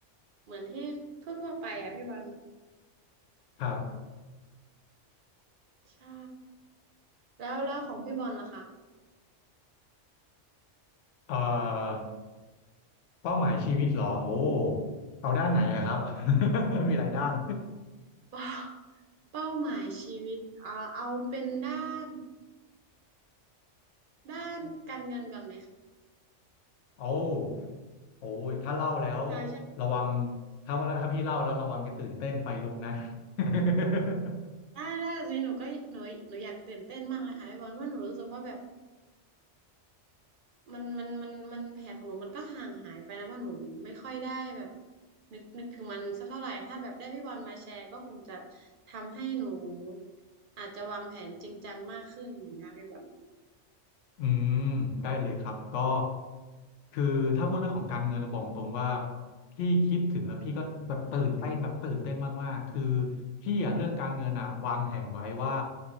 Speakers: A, on the right (about 60°); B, on the left (about 80°).
A: เหมือนที่ทั่วๆไปอะพี่บอล
B: ครับ
A: ใช่แล้วแล้วของพี่บอลล่ะ <laughs> คะ
B: เอ่อเป้าหมายชีวิตเหรอโอ้เอาด้านไหนอะครับ <laughs> มีหลายด้าน
A: เป้าเป้าหมายชีวิตเอาเอาเป็นด้านด้านการเงินก่อนไหมคะ
B: โอ้โอ้ยถ้าเล่าแล้ว
A: อ่าใช่
B: ระวังถ้าว่าถ้าพี่เล่าแล้วระวังจะตื่นเต้นไฟลุกนะ
A: ใช่
B: <laughs>
A: ได้ได้แต่ทีนนี้หนูก็หนูหนูอยากตื่นเต้นมากเลยค่ะพี่บอลเพราะหนูรู้สึกว่าแบบมันมันมันมันแผนของหนูมันก็ห่างหายไปนะเพราะหนูไม่ค่อยได้แบบนึกนึกถึงมันสักเท่าไหร่ถ้าแบบได้พี่บอลมาแชร์ก็คงจะทำให้หนูอาจจะวางแผนจริงจังมากขึ้นเหมือนกันพี่บอล
B: อืมได้เลยครับก็คือถ้าพูดเรื่องของการเงินนะบอกตรงว่าพี่คิดถึงแล้วพี่ก็แบบตื่นเต้นแบบตื่นเต้นมากๆคือพี่อะเรื่องการเงินอะวางแผนไว้ว่า